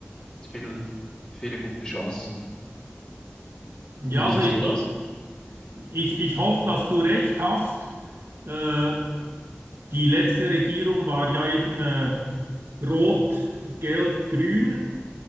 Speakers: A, on the left; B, on the right.
A: viel, viele gute Chancen.
B: ja,
A: Und Wie
B: also
A: siehst
B: ich,
A: du das?
B: ich, ich hoffe, dass du recht hast. Äh, die letzte Regierung war ja eben äh, rot, gelb, grün.